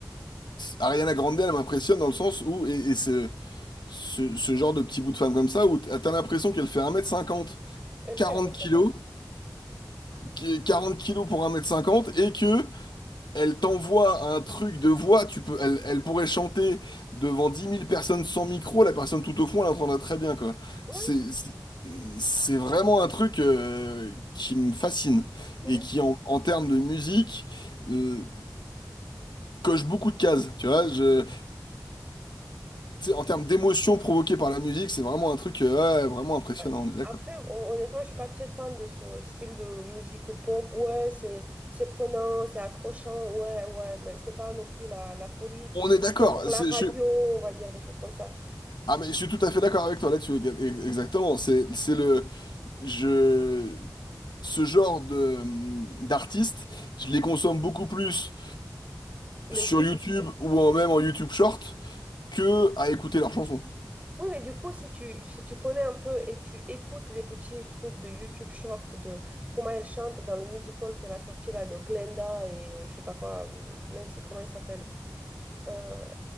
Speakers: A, on the left (about 80°); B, on the right (about 20°).
A: Ariana Grande, elle m'impressionne dans le sens où, et, et ce, ce, ce genre de petit bout de femme comme ça, où t'as t'as l'impression qu'elle fait un mètre cinquante,
B: Elle
A: quarante
B: fait 1m50.
A: kilos, qui est 40 kilos pour un mètre cinquante, et que Elle t'envoie un truc de voix, tu peux, elle, elle pourrait chanter devant dix mille personnes sans micro, la personne tout au fond, elle l'entendrait très bien, quoi.
B: Ouais,
A: C'est, c'est c'est vraiment un truc euh, qui me fascine
B: ouais.
A: et
B: Ouais.
A: qui, en, en termes de musique, euh, coche beaucoup de cases, tu vois. Je, tu sais, en termes d'émotion provoquée par la musique, c'est vraiment un truc euh, ouais, vraiment impressionnant,
B: Euh,
A: on est d'accord.
B: Après, hon- honnêtement, je suis pas très fan de ce style de musique pop. Ouais, c'est c'est prenant, c'est accrochant. Ouais, ouais, mais c'est pas non plus la, la folie.
A: On est d'accord.
B: C'est bien pour la
A: c'est-
B: radio,
A: Je suis,
B: on va dire des choses comme ça.
A: ah mais je suis tout à fait d'accord avec toi là-dessus. e- e- Exactement. C'est c'est le je ce genre de d'artistes, je les consomme beaucoup plus
B: L'été.
A: sur YouTube ou en- même en YouTube Short que à écouter leurs chansons.
B: Oui, mais du coup, si tu, si tu connais un peu et tu écoutes des petits trucs de YouTube short de comment elle chante dans le musical qu'elle a sorti là de Glenda et euh, je sais pas quoi, hum, mince, comment il s'appelle? Euh,